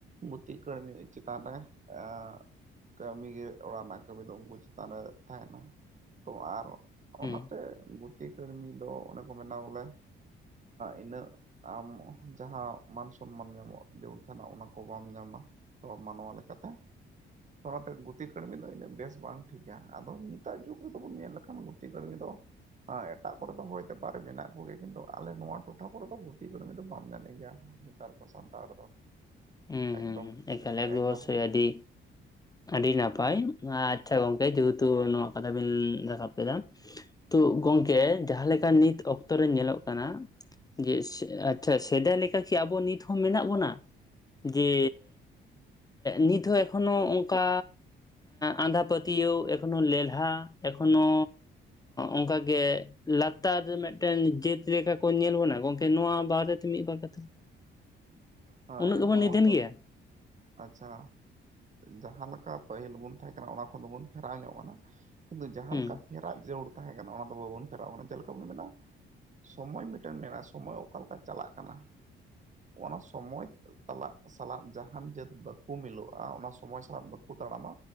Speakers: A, on the right; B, on the left.
A: ᱜᱩᱛᱤ ᱠᱟᱹᱲᱢᱤ ᱪᱮᱛᱟᱱ ᱨᱮ ᱟᱸ ᱠᱟᱹᱢᱤᱜᱮ ᱚᱲᱟᱜ ᱨᱮᱱᱟᱜ ᱠᱟᱹᱢᱤ ᱫᱚ ᱩᱱᱠᱩ ᱪᱮᱛᱟᱱ ᱨᱮ ᱛᱟᱦᱮᱸᱱᱟ ᱛᱚ ᱟᱨ
B: ᱦᱩᱸ
A: ᱚᱱᱟ ᱜᱩᱛᱤ ᱠᱟᱹᱲᱢᱤ ᱫᱚ ᱚᱱᱮ ᱠᱚ ᱢᱮᱱᱟ ᱵᱚᱞᱮ ᱤᱱᱟᱹᱜ ᱟᱢ ᱡᱟᱦᱟᱸ ᱢᱟᱱ ᱥᱚᱱᱢᱟᱱ ᱧᱟᱢᱚᱜ ᱡᱟᱹᱨᱩᱲ ᱛᱟᱦᱮᱸᱱᱟ ᱚᱱᱟ ᱠᱚ ᱵᱟᱢ ᱧᱟᱢᱟ᱾ ᱛᱚ ᱢᱟᱱᱚᱣᱟ ᱞᱮᱠᱟᱛᱮ ᱚᱱᱟᱛᱮ ᱜᱩᱛᱤ ᱠᱟᱹᱲᱢᱤ ᱫᱚ ᱤᱱᱟᱹᱜ ᱵᱮᱥ ᱵᱟᱝ ᱴᱷᱤᱠᱟ᱾ ᱟᱫᱚ ᱱᱤᱛᱟᱜ ᱡᱩᱜᱽ ᱨᱮᱫᱚ ᱵᱚᱱ ᱧᱮᱞ ᱞᱮᱠᱷᱟᱱ ᱜᱩᱛᱤ ᱠᱟᱹᱲᱢᱤ ᱫᱚ ᱦᱮᱸ ᱮᱴᱟᱜ ᱠᱚᱨᱮᱫᱚ ᱦᱚᱭᱛᱮ ᱯᱟᱨᱮ ᱢᱮᱱᱟᱜ ᱠᱚᱜᱮᱭᱟ᱾ ᱠᱤᱱᱛᱩ ᱟᱞᱮ ᱱᱚᱣᱟ ᱴᱚᱴᱷᱟ ᱠᱚᱨᱮ ᱫᱚ ᱜᱩᱛᱤ ᱠᱟᱹᱢᱤ ᱫᱚ ᱵᱟᱢ ᱧᱟᱢᱮ ᱜᱮᱭᱟ᱾ ᱱᱮᱛᱟᱨ ᱫᱚ ᱥᱟᱱᱛᱟᱲ ᱫᱚ
B: ᱦᱩᱸ
A: ᱮᱠᱫᱚᱢ
B: ᱦᱩᱸ ᱦᱩᱸ ᱮᱠᱟᱞ ᱮᱠ
A: ᱮᱠᱫᱚᱢ
B: ᱚᱵᱚᱥᱥᱳᱭ ᱟᱹᱰᱤ ᱟᱹᱰᱤ ᱱᱟᱯᱟᱭ ᱟᱪᱷᱟ ᱜᱚᱢᱠᱮ ᱡᱮᱦᱮᱛᱩ ᱱᱚᱣᱟ ᱠᱟᱛᱷᱟ ᱵᱤᱱ ᱨᱟᱠᱟᱵ ᱠᱮᱫᱟ᱾ ᱛᱚ ᱜᱚᱝᱠᱮ ᱡᱟᱦᱟᱸ ᱞᱮᱠᱟ ᱱᱤᱛ ᱚᱠᱛᱚ ᱨᱮ ᱧᱮᱞᱚᱜ ᱠᱟᱱᱟ ᱡᱮ ᱥᱮ ᱟᱪᱷᱟ ᱥᱮᱫᱟᱭ ᱞᱮᱠᱟ ᱠᱤ ᱟᱵᱚ ᱱᱤᱛ ᱦᱚᱸ ᱢᱮᱱᱟᱜ ᱵᱚᱱᱟ? ᱡᱮ ᱱᱤᱛ ᱦᱚᱸ ᱮᱠᱷᱚᱱᱳ ᱚᱱᱠᱟ ᱟᱸᱫᱷᱟ ᱯᱟᱹᱛᱭᱟᱹᱣ ᱮᱠᱷᱚᱱᱳ ᱞᱮᱞᱦᱟ ᱮᱠᱷᱚᱱᱳ ᱚᱱᱠᱟᱜᱮ ᱞᱟᱛᱟᱨ ᱨᱮ ᱢᱤᱫᱴᱮᱱ ᱡᱟᱹᱛ ᱞᱮᱠᱟ ᱠᱚ ᱧᱮᱞ ᱵᱚᱱᱟ ᱜᱚᱝᱠᱮ ᱱᱚᱣᱟ ᱵᱟᱨᱮᱛᱮ ᱢᱤᱫ ᱵᱟᱨ ᱠᱟᱛᱷᱟ <unintelligible>
A: ᱦᱳᱭ
B: ᱩᱱᱟᱹᱜ ᱜᱮᱵᱚᱱ
A: ᱱᱚᱣᱟ
B: ᱱᱤᱫᱷᱟᱹᱱ
A: ᱫᱚ
B: ᱜᱮᱭᱟ
A: ᱟᱪᱷᱟ ᱡᱟᱸᱦᱟ ᱞᱮᱠᱟ ᱯᱟᱹᱦᱤᱞ ᱵᱚᱱ ᱛᱟᱦᱮᱸ ᱠᱟᱱᱟ᱾ ᱚᱱᱟ ᱠᱚᱫᱚᱵᱚᱱ ᱯᱷᱮᱨᱟᱣ ᱧᱚᱜ ᱠᱟᱱᱟ᱾ ᱠᱤᱱᱛᱩ ᱡᱟᱦᱟᱸ
B: ᱦᱩᱸ
A: ᱞᱮᱠᱟ ᱯᱷᱮᱨᱟᱣ ᱡᱟᱹᱨᱩᱲ ᱛᱟᱦᱮᱸ ᱠᱟᱱᱟ᱾ ᱚᱱᱟ ᱫᱚ ᱵᱟᱵᱚᱱ ᱯᱷᱮᱨᱟᱣ ᱠᱟᱱᱟ ᱡᱮᱞᱟᱠᱟ ᱵᱚᱱ ᱢᱮᱱᱟ᱾ ᱥᱚᱢᱚᱭ ᱢᱤᱫᱴᱮᱱ ᱢᱮᱱᱟᱜᱼᱟ, ᱥᱚᱢᱚᱭ ᱚᱠᱟᱞᱮᱠᱟ ᱪᱟᱞᱟᱜ ᱠᱟᱱᱟ᱾ ᱚᱱᱟ ᱥᱚᱢᱚᱭ ᱛᱟᱞᱟᱜ ᱥᱟᱞᱟᱜ ᱡᱟ ᱡᱟᱦᱟᱱ ᱡᱟᱹᱛ ᱵᱟᱠᱚ ᱢᱤᱞᱚᱜ-ᱟ ᱚᱱᱟ ᱥᱚᱢᱚᱭ ᱥᱟᱛ ᱵᱟᱠᱚ ᱛᱟᱲᱟᱢᱟ